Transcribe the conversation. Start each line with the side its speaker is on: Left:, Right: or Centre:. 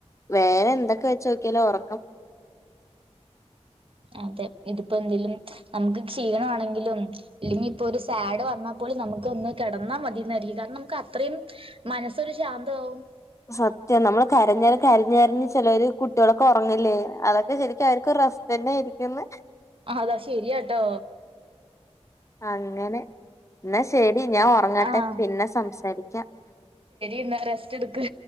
Left: വേരെന്തൊക്കെ വെച്ചോക്കിയാലോ ഉറ
Right: അതെ ഇതിപ്പോ എന്തേലും നമുക്ക് ക്ഷീണ ആണെങ്കിലും ഇല്ലെങ്കിപ്പൊരു സാഡ് വന്നാ പോലും നമുക്ക് ഒന്ന് കെടന്നാ മതിന്നായിരിക്കും കാരണം നമുക്ക് അത്രയും മനസ്സൊരു ശാന്താവും
Left: സത്യം നമ്മള് കരഞ്ഞാലു കരിഞ്ഞേരഞ് ചിലര് കുട്ട്യേളൊക്കെ ഒറങ്ങില്ലേ അതൊക്കെ ശരിക്കും അവര്ക്ക് ഒര് അവസ്ഥന്നെ ആയിരിക്കുന്ന്
Right: അതാ ശെരിയാട്ടോ
Left: അങ്ങനെ ന്നാ ശെരി ഞാൻ ഒറങ്ങട്ടെ
Right: ആഹ്
Left: പിന്നെ സംസാരിക്കാ
Right: ന്നാ റെസ്റ്റ് എടുക്ക്